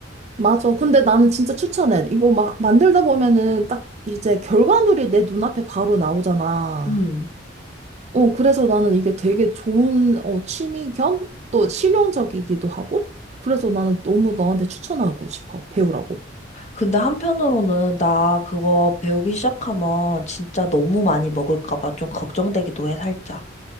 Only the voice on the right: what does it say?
맞아. 근데 나는 진짜 추천해. 이거 막 만들다 보면은 딱 이제 결과물이 내 눈앞에 바로 나오잖아.
어, 그래서 나는 이게 되게 좋은 어, 취미 겸 또 실용적이기도 하고. 그래서 나는 너무 너한테 추천하고 싶어. 배우라고.